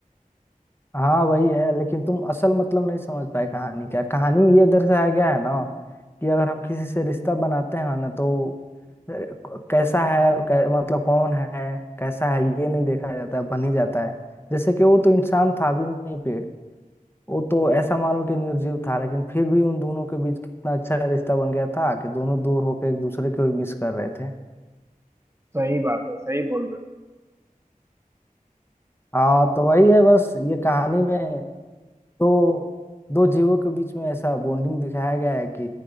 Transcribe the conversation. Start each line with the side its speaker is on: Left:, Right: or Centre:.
Left: हाँ वही है लेकिन तुम असल मतलब नहीं समझ पाए कहानी क्या कहानी ये दर्शाया गया है ना कि अगर हम किसी से रिश्ता बनाते हैं ना तो अ, क- कैसा है और कै, मतलब कौन है कैसा है ये नहीं देखा जाता है बन ही जाता है जैसे कि वो तो इंसान था भी नहीं पेड़ वो तो ऐसा मानो कि निर्जीव था लेकिन फिर भी उन दोनों के बीच कितना अच्छा रिश्ता बन गया था कि दोनों दूर होकर एक दूसरे को मिस कर रहे थे
Right: सही बात है सही बोल रहे
Left: हाँ तो वही है बस ये कहानी में तो दो जीवों के बीच में ऐसा बॉन्डिंग दिखाया गया है कि